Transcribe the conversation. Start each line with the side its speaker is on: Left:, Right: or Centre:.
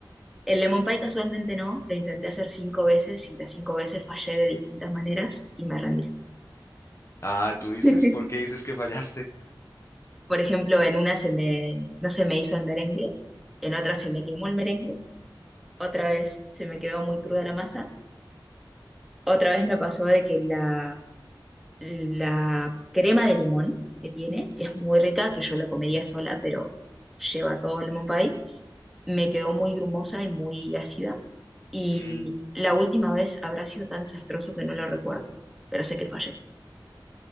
Centre: El lemon pie casualmente no, lo intenté hacer cinco veces y las cinco veces fallé de distintas maneras y me rendí.
Left: Ah, tú dices,
Centre: <laughs>
Left: ¿por qué dices que fallaste?
Centre: Por ejemplo, en una se me, no se me hizo el merengue, en otra se me quemó el merengue, otra vez se me quedó muy cruda la masa, otra vez me pasó de que la, la crema de limón que tiene, que es muy rica, que yo la comería sola, pero lleva todo el lemon pie, me quedó muy grumosa y muy ácida. Y
Left: Mm,
Centre: la última vez habrá sido tan desastroso que no lo recuerdo, pero sé que fallé.